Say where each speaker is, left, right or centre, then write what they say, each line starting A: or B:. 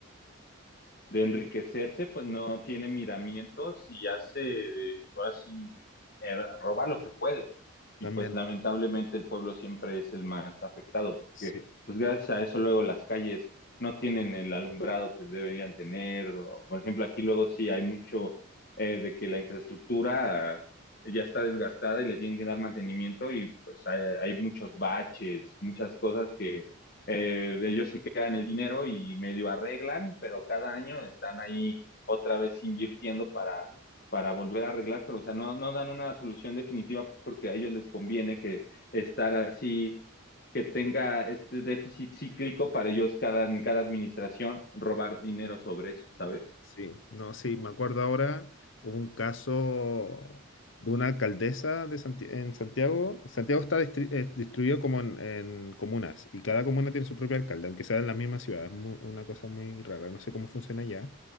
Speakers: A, on the left (about 50°); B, on the left (about 65°).
A: de enriquecerse, pues no tiene miramientos y hace de, así, eh, roba lo que puede. Y
B: también,
A: pues lamentablemente el pueblo siempre es el más afectado,
B: sí.
A: porque pues gracias a eso luego las calles no tienen el alumbrado que deberían tener. O, por ejemplo, aquí luego sí hay mucho eh, de que la infraestructura ya está desgastada y le tienen que dar mantenimiento y pues hay, hay muchos baches, muchas cosas que eh, ellos se quedan el dinero y medio arreglan, pero cada año están ahí otra vez invirtiendo para, para volver a arreglar, pero o sea, no, no dan una solución definitiva porque a ellos les conviene que estar así, que tenga este déficit cíclico para ellos cada, en cada administración robar dinero sobre eso, ¿sabes?
B: Sí, no, sí, me acuerdo ahora, hubo un caso de una alcaldesa de Santi- en Santiago. Santiago está distri- eh, distribuido como en, en comunas y cada comuna tiene su propio alcalde, aunque sea en la misma ciudad. Es mu- una cosa muy rara, no sé cómo funciona allá.